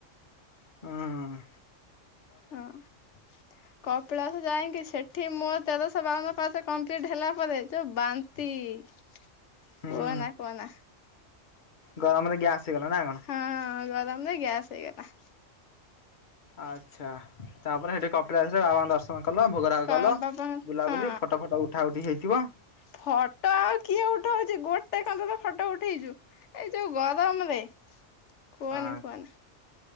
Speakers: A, on the left (about 40°); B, on the left (about 65°).
A: ହଁ ହଁ
B: ହଁ କପିଳାସ ଯାଇକି ସେଠି ମୋର ତେରଶହ ବାଉନ ପାହାଚ କମ୍ପ୍ଲିଟ୍ ହେଲା ପରେ ଯୋଉ ବାନ୍ତି। କୁହନା
A: ହୁଁ
B: କୁହନା।
A: ଗରମରେ ଗ୍ୟାସ୍ ହେଇଗଲା ନାଁ କଣ?
B: ହଁ ଗରମରେ ଗ୍ୟାସ୍ ହେଇଗଲା।
A: ଆଚ୍ଛା ତାପରେ ସେଠି କପିଳାସ ବାବାଙ୍କ ଦର୍ଶନ କଲ ଭୋଗରାଗ
B: କମ
A: କଲ
B: ବାପା
A: ବୁଲାବୁଲି
B: ହଁ
A: ଫୋଟ ଫୋଟ ଉଠା ଉଠି ହେଇଥିବ।
B: ଫଟୋ ଆଉ କିଏ ଉଠଉଛି? ଗୋଟେ କାନ୍ତେ ତ ଫଟୋ ଉଠେଇଚୁ। ଏଇ ଯୋଉ ଗରମରେ କୁହନି
A: ଆଁ
B: କୁହନି